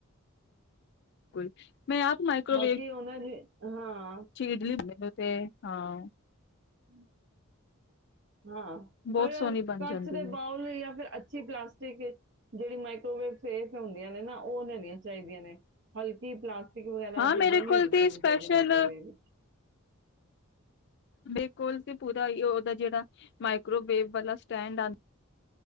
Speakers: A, on the left (about 50°); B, on the right (about 55°).
A: ਕੁਛ ਮੈਂ ਆਪ ਮਾਈਕਰੋਵੇਵ
B: ਬਾਕੀ ਉਹਨਾਂ ਦੀ ਹਾਂ
A: ਚੀਡਲੀ ਹੁੰਦੇ ਤੇ ਹਾਂ
B: ਹਮ ਹਾਂ
A: ਬਹੁਤ
B: ਪਰ
A: ਸੋਹਣੀ ਬਣ
B: ਕੱਚ
A: ਜਾਂਦੀ
B: ਦੇ
A: ਹੈ
B: ਬਾਊਲ ਜਾਂ ਫਿਰ ਅੀ ਪਲਾਸਟਿਕ ਜਿਹੜੀ ਮਾਈਕੋਵੇਵ ਸੇਫ ਹੁੰਦੀਆਂ ਨੇ ਨਾ ਉਹ ਹੋਣੀਆਂ ਚਾਹੀਦੀਆਂ ਨੇ ਹਲਕੀ ਪਸ ਵਗੈਰਾ
A: ਹਾਂ
B: ਚੀਜ਼ਾਂ
A: ਮੇਰੇ
B: ਨੀ
A: ਕੋਲ
B: ਯੂਜ
A: ਤੇ
B: ਕਰਨੀੀਆ
A: ਸਪੈਸ਼ਲ
B: ਚਾਹੀਦੀਆ ਮਾਈਕਰੋਵੇਵ ਵਿੱਚ
A: ਬਿਲਕੁਲ ਤੇ ਪੂਰਾ ਉਹਦਾ ਜਿਹੜਾ ਮਾਈਕ੍ਰੋਵੇਵ ਵਾਲਾ ਸਟੈਂਡ ਆ